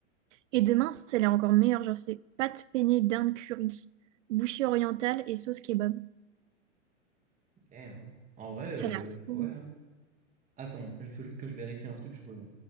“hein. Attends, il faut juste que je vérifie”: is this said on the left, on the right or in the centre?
Right